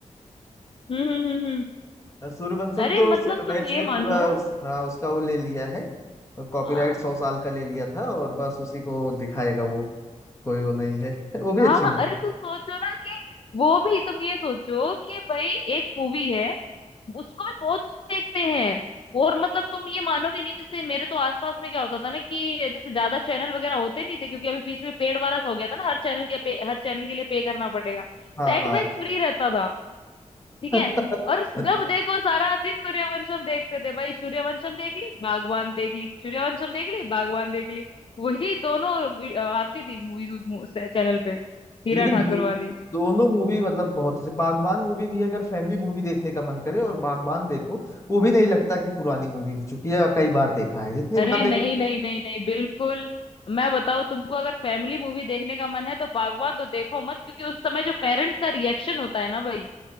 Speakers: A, on the left; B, on the left.
A: हम्म हम्म हम्म हम्म।
B: सूर्यवंशम
A: अरे
B: तो
A: मतलब
B: सेटबैक्स
A: तुम ये
B: ने पूरा
A: मानो
B: उस, हाँ उसका वो ले लिया है और कॉपीराइट
A: आ,
B: सौ साल का ले लिया था और बस उसी को दिखाएगा वो कोई वो नहीं है <laughs> वो भी
A: हाँ
B: अच्छी
A: हाँ
B: मूवी
A: अरे
B: है।
A: तुम सोचो ना कि वो भी तुम ये सोचो कि भाई एक मूवी है उसको भी बहुत देखते हैं और मतलब तुम ये मानोगे नहीं जैसे मेरे तो आसपास में क्या होता था ना कि जैसे ज्यादा चैनल वगैरह होते नहीं थे क्योंकि अभी बीच में पेड वाला सा हो गया था ना हर चैनल के पे, हर चैनल के लिए पे करना पड़ेगा
B: हाँ
A: सेट मैक्स फ्री रहता था ठीक
B: हाँ
A: है और
B: <laughs>
A: जब देखो सारा दिन सूर्यवंशम देखते थे भाई सूर्यवंशम देख ली बागवान देख ली सूर्यवंशम देख ली बागवान देख ली वही दोनों अ, आती थी मूवीज उस चैनल पे हीरा
B: लेकिन
A: ठाकुर
B: दो,
A: वाली
B: दोनों मूवी मतलब बहुत अच्छी बागबान मूवी भी अगर फैमिली मूवी देखने का मन करे और बागबान देखो वो भी नहीं लगता कि पुरानी मूवी हो चुकी है कई बार देखा है जितनी
A: अरे
B: बार देखो
A: नहीं नहीं नहीं नहीं बिल्कुल मैं बताऊं तुमको अगर फैमिली मूवी देखने का मन है तो बागवान तो देखो मत क्योंकि उस समय जो पेरेंट्स का रिएक्शन होता है ना भाई